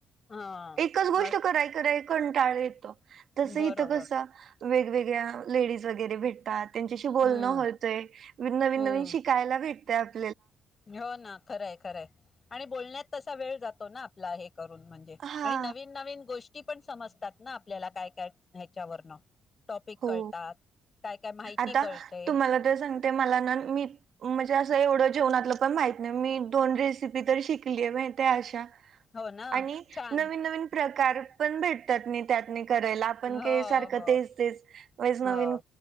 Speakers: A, on the left; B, on the right.
A: हा
B: एकच गोष्ट
A: अस
B: कराय कय कंटाळ येतो. तसं
A: बरोबर
B: इथ कसं वेगवेगळ्या लेडीज वगैरे भेटतात त्यांच्याशी बोलणं
A: हम्म
B: होतंय नवीन
A: हम्म
B: नवीन शिकायला भेट त्या
A: हो ना खरंय खरंय आणि बोलण्यात तसा वेळ जातो ना आपला एक करून म्हणजे
B: हा
A: आणि नवीन नवीन गोष्टी ती पण समजतात ना आपल्याला काय काय ह्याच्यावरनं टॉपिक
B: हो
A: कळतात काय काय माहिती
B: आता
A: कळते
B: तुम्हाला तर सांगते मला ना मी म्हणजे असं एवढं जेवणातलं पण माहित नाही मी दोन रेसिपी तर शिकलीय मा अशा
A: हो ना
B: आणि
A: छान
B: नवीन नवीन प्रा <unintelligible> पण भेट त्यातनी त्यातनी करायला आपण
A: हो
B: काय सारखं
A: हो
B: तेच तेच वायचं नवीन
A: हो